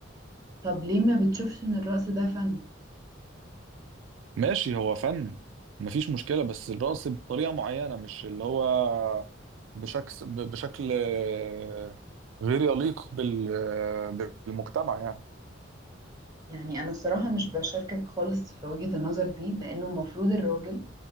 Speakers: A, on the right (about 20°); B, on the right (about 75°).
A: طب ليه ما بتشوفش ان الرقص ده فن
B: ماشي هو فن مفيش مشكله بس الرقص بطريقه معينه مش اللي هو بشكل بشكل آه، غير يليق بال- آه، بالمجتمع يعني
A: يعني انا الصراحة مش بشاركك خالص في وجهة النظر دي لانه المفروض الراجل